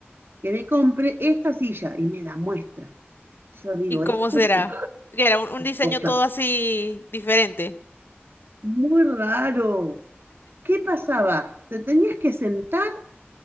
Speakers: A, on the right (about 55°); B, on the left (about 55°).
A: que me compre esta silla y me la muestra. Yo digo,
B: ¿Y cómo
A: esto
B: será?
A: es una
B: Que era un un diseño
A: cosa
B: todo así diferente.
A: muy raro. ¿Qué pasaba? ¿Te tenías que sentar?